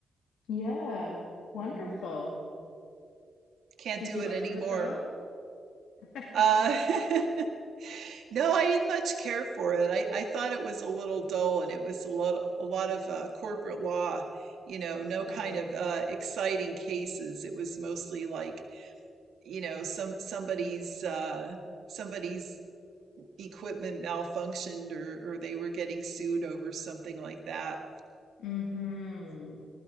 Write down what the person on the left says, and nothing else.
Yeah, wonderful.
Did
you
like
that job? <laughs>
Right.
Mm-hmm.